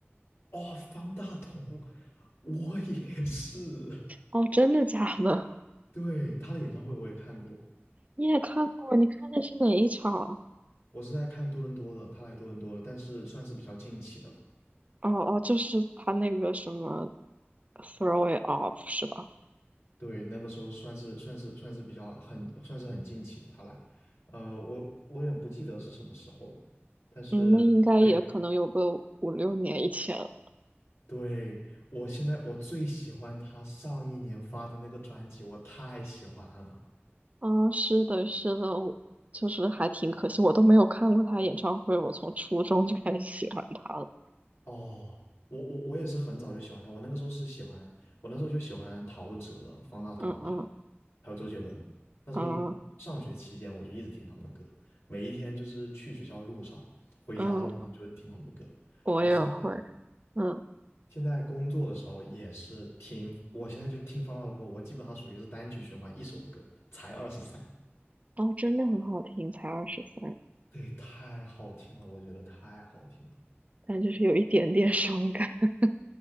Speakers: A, on the left; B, on the right.
A: 哦，方大同，我也是。
B: 哦，真的假的？
A: 对，他的演唱会我也看过，
B: 你也看过？你看的是哪一场？
A: 我是在看多伦多的，他来多伦多了，但是算是比较近期的了。
B: 哦哦，就是他那个什么《Throw It Off》是吧？
A: 对，那个时候算是算是算是比较很算是很近期的他来，呃，我我有点不记得是什么时候了，但是
B: 嗯，那应该也可能有个五六年以前。
A: <laughs> 对对，我现在我最喜欢他上一年发的那个专辑，我太喜欢了。
B: 啊，是的，是的，我就是还挺可惜，我都没有看过他演唱会，我从初中就开始喜欢他了。
A: 哦，我我我也是很早就喜欢他，我那个时候是喜欢，我那时候就喜欢陶喆、方大同，
B: 嗯嗯
A: 还有周杰伦。那时候
B: 嗯
A: 上学期间我就一直听他们的歌，每一天就是去学校的路上，回家的路上就会听他们的歌。
B: 嗯，我也会。
A: 然后现在。
B: 嗯，
A: 现在工作的时候也是听，我现在就听方大同，我基本上属于是单曲循环一首歌，才二十三，
B: 哦，真的很好听，才二十三，
A: 对，太好听了，我觉得太好听了。
B: 但就是有一点点伤感。<laughs>